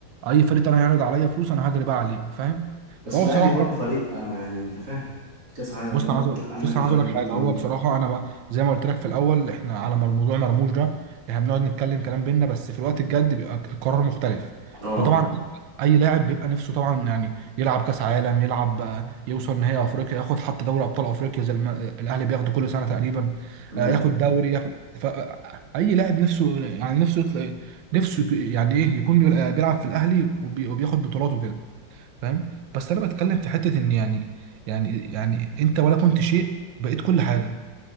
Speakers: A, on the right (about 75°); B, on the right (about 55°).
A: اي فريق تاني هيعرض عليا فلوس انا هجري بقى عليه فاهم
B: بس
A: فهو
B: الاهلي
A: بصراحه
B: برضه فريق آه يعني انت فاهم كاس عالم
A: بص
B: بقى
A: انا
B: وانت
A: عايز أقول-
B: قال
A: بص
B: لك مش
A: انا عايز
B: عارف
A: اقول لك
B: ايه
A: حاجه
B: الكلام
A: هو
B: ده
A: بصراحه انا بقى زي ما قلت لك في الاول احنا على مر- موضوع مرموش ده احنا بنقعد نتكلم كلام بينا بس في الوقت الجد بيبقى القرار مختلف
B: اه
A: فطبعا اي لاعب بيبقى نفسه طبعا يعني يلعب كاس عالم يلعب آه، يوصل نهائي افريقيا ياخد حتى دوري ابطال افريقيا زي الم- الاهلي بياخده كل سنه تقريبا
B: امم
A: آه، ياخد دوري ياخد ف... اي لاعب نفسه يعني نفسه يطلع نفسه يعني ايه يكون آه، بيلعب في الاهلي وبي- وبياخد بطولات وكده فاهم بس انا بتكلم في حته ان يعني يعني يعني انت ولا كنت شيء بقيت كل حاجه